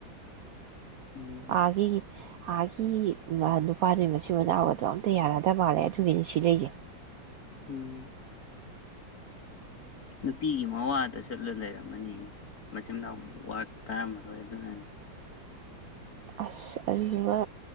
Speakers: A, on the left (about 50°); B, on the right (about 75°).
A: ꯎꯝ
B: ꯑꯒꯤ ꯑꯥꯒꯤ ꯅꯨꯄꯥꯗꯨ ꯃꯆꯤꯟ ꯃꯅꯥꯎꯕꯗꯣ ꯑꯝꯇ ꯌꯥꯅꯗ ꯃꯥꯜꯂꯦ ꯑꯗꯨꯒꯤꯅꯤ ꯁꯤ ꯂꯩꯁꯦ
A: ꯎꯝ ꯅꯨꯄꯤꯒꯤ ꯃꯋꯥꯗ ꯆꯠꯂ ꯂꯩꯔꯝꯃꯅꯤ ꯃꯆꯤꯟꯅꯥꯎ ꯋꯥ ꯇꯥꯔꯝꯃꯔꯣꯏ ꯑꯗꯨꯅꯅꯤ
B: ꯑꯁ ꯑꯗꯨꯁꯤꯒ